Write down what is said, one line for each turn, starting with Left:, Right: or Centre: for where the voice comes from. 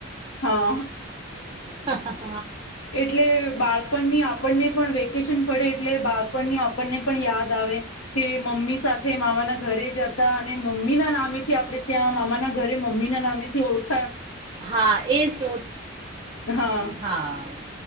Left: હા.
Right: હ.
Left: એટલે બાળપણની આપણને પણ વેકે પડે એટલે બાળપણની આપણને પણ યાદ આવે કે મમ્મી સાથે મામાના ઘરે જતા અને મમ્મી ના નામેથી આપણે ત્યાં મામાના ઘરે મમ્મીના નામેથી ઓળખા
Right: હા એ સ
Left: હા
Right: હા.